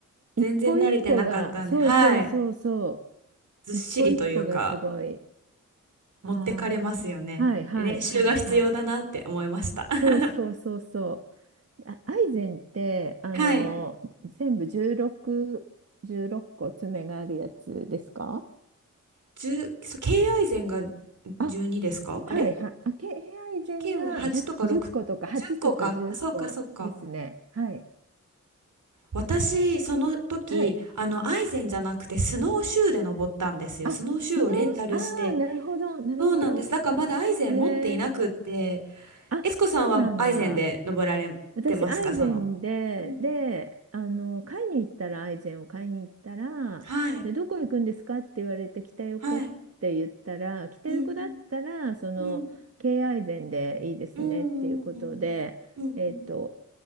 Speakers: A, on the right; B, on the right.
A: 一歩一歩が、
B: 全然慣れてなかったんで、
A: そうそうそうそ
B: はい。ずっしりというか、
A: う、一歩一歩がすごい。
B: 持ってかれますよね。
A: ああ、はいはいはいはい。
B: 練習が必要だなって思いました。<laughs>
A: そうそうそうそう。あ、アイゼンって、あの、
B: はい。
A: 全部16、16個爪があるやつですか
B: 10、そう、敬愛膳が
A: あ、
B: 12ですかあれ
A: はいはい。あ、け、ヘアアイゼンが10、
B: 敬は8とか6、
A: 個とか8とか10個ですね。
B: 10個か。あ、そうか、そうか。
A: はい。
B: 私、その時、
A: はい。
B: あの、アイゼンじゃなくて、スノーシューで登ったんですよ。
A: あ、
B: スノーシューをレンタルして。
A: スノー、ああ、なるほど、なるほど。
B: そうなんです。だからまだアイゼン持っていなくって、
A: えー、あ、
B: エツコさんはアイゼンで登られてますか、
A: そうなんだ。私、アイゼンで、
B: その。うん。
A: で、あの、買いに行ったら、アイゼンを買いに行ったら、
B: はい。
A: で、どこ行くんですかって言われて、北横って言ったら、
B: はい。
A: 北横だったら、
B: うんうん
A: その、
B: うん。
A: 京アイゼンでいいですねっていうことで、
B: うんうんうん。うんうん。
A: えっと、